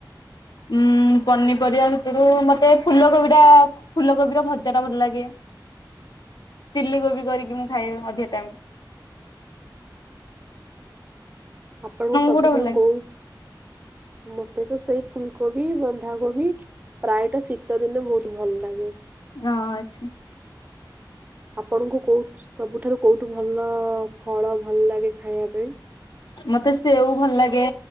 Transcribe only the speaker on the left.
ଉଁ ପନିପରିବା ଭିତରୁ ମତେ ଫୁଲକୋବି ଟା ଫୁଲକୋବି ର ଭଜା ଟା ଭଲ ଲାଗେ। ଚିଲି କୋବି କରିକି ମୁଁ ଖାଏ ଅଧିକ ଟାଇମ।
କୋଉଟା ଭଲ ଲାଗେ?
ଆ ଆଚ୍ଛା।
ମତେ ସେଓ ଭଲ ଲାଗେ,